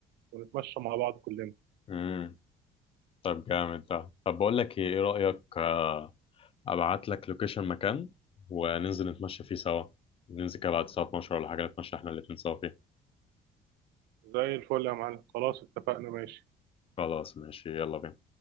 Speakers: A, on the right; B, on the left.
A: ونتمشى مع بعض كلنا
B: مم. طب جامد ده طب بقول لك ايه إيه رأيك آه، ابعت لك لوكيشن مكان وننزل نتمشى فيه سوا ننزل كده بعد الساعة 12 ولا حاجة نتمشى احنا الاتنين سوا فيه
A: زي الفل يا معلم خلاص اتفقنا ماشي
B: خلاص ماشي يلا بينا